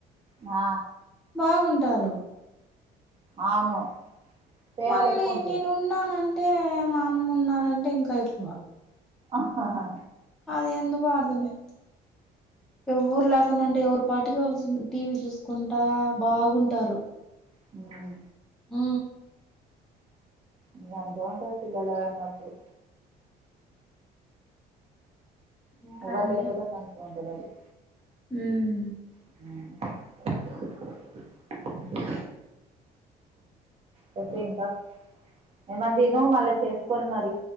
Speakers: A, on the right; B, in the centre.
A: ఆ
B: బాగుంటారు.
A: అవును ప్రేమలు
B: మళ్ళీ
A: ఎక్కువ ఉంటాయి
B: నేనున్నానంటే మా అమ్మ ఉన్నారంటే ఇంకా ఎక్కువ.
A: అహాహా
B: అది ఎందుకో అర్థమయి ఎవ్వరు లేకుండా ఉంటే ఎవరు పాటికి సి వాళ్ళు టీవీ చూసుకుంటా బాగుంటారు.
A: హ్
B: మ్
A: ఇగ అంతే ఉంటది పిల్లలు అన్నప్పుడు.
B: ఇంకా
A: ఎవ్వరు
B: అండి
A: లేకపోతే మంచిగ ఉంటరాళ్లు.
B: హ్మ్
A: అ చెప్పే ఇంకా ఏమన్ తిను మళ్ళా చేసుకొని మరి.